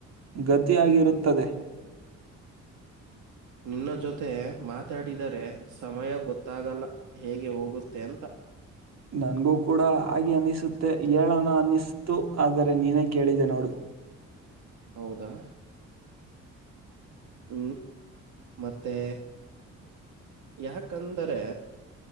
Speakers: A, on the right; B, on the right.
A: ಗತಿಯಾಗಿರುತ್ತದೆ <unintelligible>
B: ನಿನ್ನ ಜೊತೆ ಮಾತಾಡಿದರೆ ಸಮಯ ಗೊತ್ತಾಗಲ್ಲ ಹೇಗೆ ಹೋಗುತ್ತೆ ಅಂತ
A: <inaudible> <unintelligible> ನನ್ಗೂ ಕೂಡ ಹಾಗೆ ಅನ್ನಿಸುತ್ತೆ ಏಳಣ ಅನ್ನಿಸ್ತು ಆದರೆ ನೀನೇ ಕೇಳಿದೆ ನೋಡು
B: ಹೌದಾ ಹ್ಮ್ ಮತ್ತೆ ಯಾಕಂದರೆ